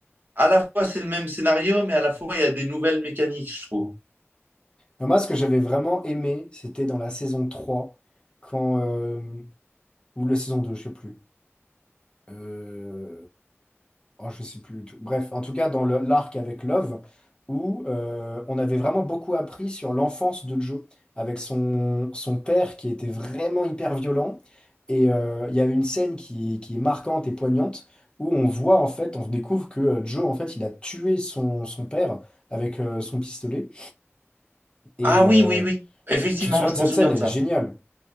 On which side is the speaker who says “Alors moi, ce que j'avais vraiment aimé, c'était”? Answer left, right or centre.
Left